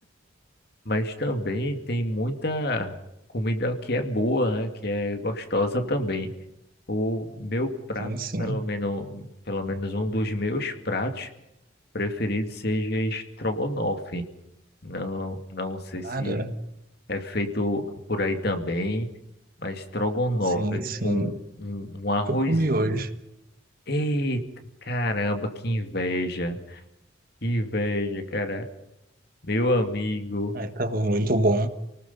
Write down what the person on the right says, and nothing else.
Sim, sim.
Cara,
sim, sim.
Eu comi hoje.
Ai, tava muito bom.